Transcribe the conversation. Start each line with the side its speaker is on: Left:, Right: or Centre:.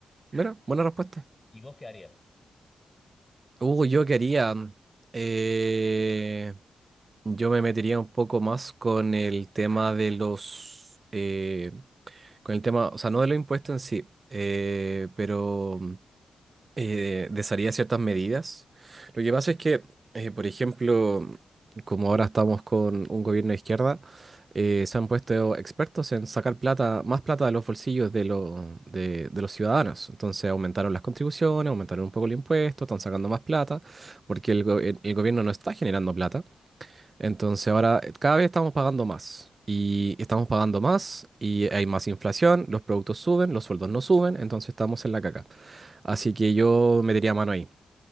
Right: Mira, buena respuesta.
Left: ¿Y vos qué harías?
Right: Uh, yo quería. eh, yo me metería un poco más con el tema de los. eh, con el tema, o sea, no de los impuestos en sí, eh, pero. eh, desharía ciertas medidas. Lo que pasa es que, eh, por ejemplo, como ahora estamos con un gobierno de izquierda, eh, se han puesto expertos en sacar plata, más plata de los bolsillos de, lo- de, de los ciudadanos. Entonces aumentaron las contribuciones, aumentaron un poco el impuesto, están sacando más plata, porque el, go- el- el gobierno no está generando plata. Entonces ahora eh, cada vez estamos pagando más. Y estamos pagando más y hay más inflación, los productos suben, los sueldos no suben, entonces estamos en la caca. Así que yo metería mano ahí.